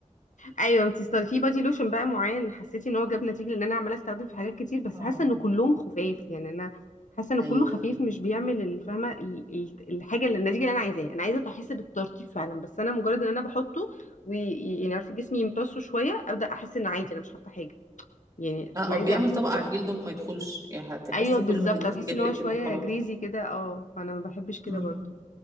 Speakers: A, on the left; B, on the right.
A: أيوة انتي است- في بادي لوشن بقى معين حسيتي إن هو جاب نتيجة لأن أنا عمالة أستخدم في حاجات كتير بس
B: اه
A: حاسة إن كلهم خفاف يعني أنا حاسة إن
B: ايوه
A: كله خفيف مش بيعمل الفهمة ال- ال- الحاجة اللي النتيجة اللي أنا عايزاها أنا عايزة أحس بالترطيب فعلا بس أنا مجرد إن أنا بحطه ويعني عارفة جسمي يمتصه شوية أبدأ أحس إن عادي أنا مش حاطة حاجة يعني
B: آه،
A: فأنا
B: او
A: عايزة
B: بيعمل
A: أحس
B: طبقة
A: بفرق
B: على الجلد وما يدخلش يعني هتحسي
A: ايوه بالظبط
B: كل ما تلمسي
A: هتحسي
B: جلدك
A: ان هو شويه
B: كده خلاص
A: جريزي كده اه فانا ما بحبش كده
B: مم.
A: برضه